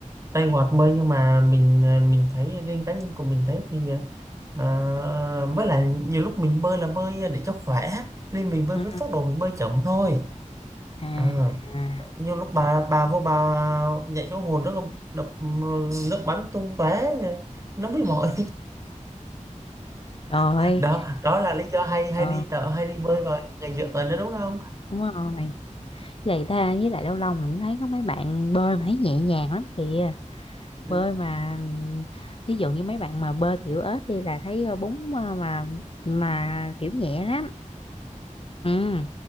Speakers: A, on the right; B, on the left.
A: tay hoạt bơi nhưng mà mình mình thấy riêng cá nhân của mình thấy thì à, với lại nhiều lúc mình bơi là bơi để cho khỏe nên mình bơi
B: ừ.
A: với tốc độ mình bơi chậm thôi
B: À,
A: à,
B: à,
A: nhiều lúc bà bà vô bà dạy số hồn nước đập nước bắn tung tóe nó mới mỏi
B: trời
A: <laughs>
B: ơi,
A: đó đó là lý do hay hay
B: ờ,
A: đi tợ hay đi bơi vào ngày giữa tuần đó đúng không
B: đúng rồi. Vậy ta với lại lâu lâu mình cũng thấy có mấy bạn bơi mà thấy nhẹ nhàng lắm kìa.
A: Ừ.
B: Bơi mà thí dụ như mấy bạn mà bơi kiểu ếch đi là thấy ờ, bún mà mà, mà kiểu nhẹ lắm. Ừ.